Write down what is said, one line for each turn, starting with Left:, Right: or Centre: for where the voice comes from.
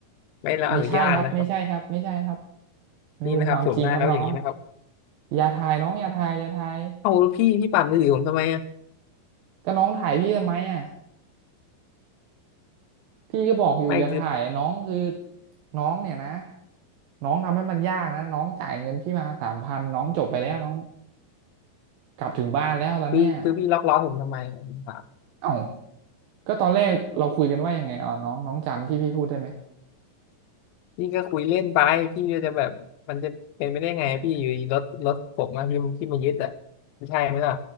Left: ไม่ได้รับอนุญาตนะครับ
Right: ไม่ใช่ครับไม่ใช่ครับไม่ใช่ครับไม่เป็นความจริงครับน้อง
Left: นี่นะครับโฉมหน้าเขาอย่างนี้นะครับ
Right: อย่าถ่ายน้องอย่าถ่ายอย่าถ่าย
Left: เอาพี่พี่ปั่นมือถือผมทำไมอะ
Right: ก็น้องถ่ายพี่ทำไมอ่ะ พี่ก็บอกอยู่อย่าถ่ายน้องคือ
Left: ไม่คือ
Right: น้องเนี่ยนะน้องทำให้มันยากนะน้องจ่ายเงินพี่มาสามพันน้องจบไปแล้วน้องกลับถึงบ้านแล้วตอนเนี้ย
Left: คือคือพี่ล็อกล้อผมทำไมผมถาม
Right: เอ้าก็ตอนแรกเราคุยกันว่ายังไงเอาน้องน้องจำที่พี่พูดได้ไหม
Left: พี่ก็คุยเล่นไปพี่ก็จะแบบมันจะเป็นไปได้ไงพี่อยู่ดีรถรถผมมาพี่พี่มายึดอ่ะไม่ใช่ไหมล่ะ